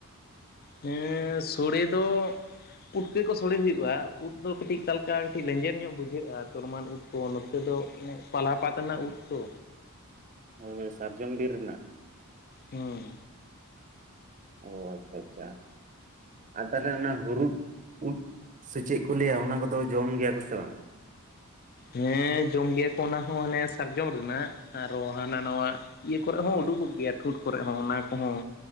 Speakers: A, on the left; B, on the right.
A: ᱦᱮᱸ ᱥᱳᱲᱮ ᱫᱚ ᱯᱩᱴᱠᱟᱹ ᱠᱚ ᱥᱳᱲᱮ ᱦᱩᱭᱩᱜ-ᱟ, ᱩᱫ ᱫᱚ ᱠᱟᱹᱴᱤᱡ ᱚᱠᱟ ᱞᱮᱠᱟ ᱠᱟᱹᱴᱤᱡ ᱚᱠᱟ ᱞᱮᱠᱟ ᱞᱮᱸᱡᱮᱨ ᱧᱚᱜ ᱵᱩᱡᱷᱟᱹᱜ-ᱟ ᱛᱚᱨᱢᱟᱞ ᱩᱫ ᱠᱚ ᱱᱚᱛᱮ ᱫᱚ, ᱚᱱᱮ ᱯᱟᱞᱦᱟ ᱯᱟᱛᱱᱟ ᱩᱫ ᱛᱚ᱾
B: ᱦᱳᱭ ᱥᱟᱨᱡᱚᱢ ᱵᱤᱨ ᱨᱮᱱᱟᱜ᱾
A: ᱦᱸᱻ᱾
B: ᱚ ᱟᱪᱪᱷᱟ ᱟᱪᱪᱷᱟ᱾ ᱟᱨ ᱛᱟᱦᱚᱸᱞᱮ ᱚᱱᱟ ᱦᱩᱨᱩᱫ, ᱩᱫ ᱥᱮ ᱪᱮᱫ ᱠᱚ ᱞᱟᱹᱭᱟ ᱚᱱᱟ ᱠᱚᱫᱚ ᱡᱚᱢ ᱜᱮᱭᱟ ᱠᱚ ᱥᱮ ᱵᱟᱝ?
A: ᱦᱮᱸ ᱡᱚᱢ ᱜᱮᱭᱟ ᱠᱚ ᱚᱱᱟ ᱦᱚᱸ ᱦᱟᱱᱮ ᱥᱟᱨᱡᱚᱢ ᱨᱮᱱᱟᱜ, ᱟᱨᱦᱚᱸ ᱦᱟᱱᱟ ᱱᱟᱣᱟ᱾ ᱤᱭᱟᱹ ᱠᱚᱨᱮ ᱦᱚᱸ ᱩᱰᱩᱠᱚᱜ ᱜᱮᱭᱟ ᱴᱷᱩᱸᱴ ᱠᱚᱨᱮ ᱦᱚᱸ ᱚᱱᱟ ᱠᱚᱦᱚᱸ